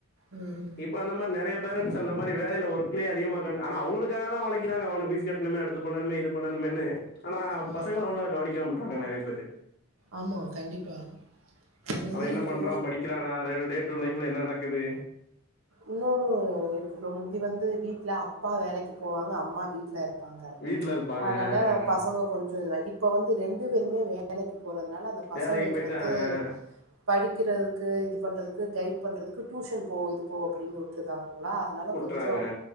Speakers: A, on the right; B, on the left.
A: உம்
B: இப்போ அந்த மாரி நெறைய பேரண்ட்ஸ் அந்த மாரி வேலைல ஒர்க்லே அதிகமாக டைம் ஆன அவ்ங்களுக்காகதா ஒழைக்கிறாங்க அவனுக்கு ஃபீஸ் கட்ணுமே அடுத்து பண்ணனுமே இது பண்ணனுமேனு ஆனா
A: ம்.
B: பசங்கள அவ்ளவா கவனிக்காம மட் நாங்கள் நெறைய பேரு
A: ஆமா, கண்டிப்பா. அது வந்து
B: அவ என்ன
A: இப்போ
B: பண்றா படிக்கிறானாரை டே டு லைஃப்ல என்ன நடக்குது
A: இன்னோன்னு கொஞ்ச முந்தி வந்து வீட் ட்ல அப்பா வேலைக்கு போவாங்க அம்மா வீட்ல இருப் பாங்க
B: வீட்ல இருப்பாங்க
A: அதனால
B: ஆ ஆ ஆ
A: பசங்க கொஞ்ச இதுவா இப் இப்ப வந்து ரெண்டு பேருமே வேலைக்கு போறதுனால அந்த பசங்களுக்கு
B: வேலைக்கு போயிட்டு
A: வந்து
B: ஆ ஆ ஆ
A: படிக்கிற க்கு இது பண்றதுக்கு கைட் பண்றதுக்கு டியூஷன் போ போ அப்படின்னு விட்டுருதாங்களா அதனால
B: உட்றாங்க
A: கொஞ்சம்